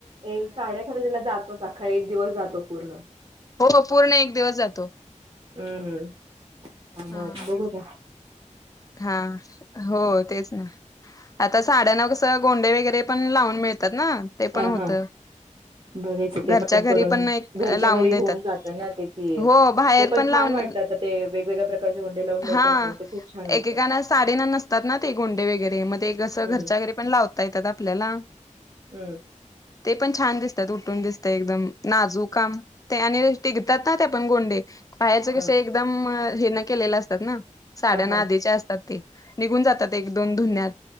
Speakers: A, on the right; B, on the left.
A: एक साड्या खरेदीला जातोच, अखा एक दिवस जातो पूर्ण.
B: हो, पूर्ण एक दिवस जातो.
A: उम्म, हम्म,
B: हा.
A: मंग अ... बघू उद्या.
B: हा, हो, तेच ना. आता साड्यांना कसं गोंडे वगैरे पण लावून मिळतात ना, ते
A: ह
B: पण होतं.
A: हा बघायचं ते
B: घरच्या
A: पण
B: घरी
A: करून,
B: एक
A: घरच्या
B: लावून
A: घरी
B: देतात
A: होऊन जातं ना, ते की
B: हो बाहेर
A: ते पण
B: लावून
A: छान वाटतं आता. ते वेगवेगळ्या प्रकारचे गोंडे लावून मिळतात
B: हा.
A: ना, ते खूप छान वाटतं
B: एकेकाना साडीना नसतात ना ते गोंडे वगैरे मग ते कसं
A: हम्म
B: घरच्या घरी पण लावता येतात आपल्याला.
A: हम्म.
B: ते पण छान दिसतात उठून दिसत एकदम नाजूक काम. ते आणि टिकतात ना ते पण गोंडे. बाहेरचे
A: ह
B: कसे एकदम हे न केलेल असतात ना साड्याना
A: हा हा
B: आधीच्या असतात ते. निघून जातात एक दोन धुण्यात.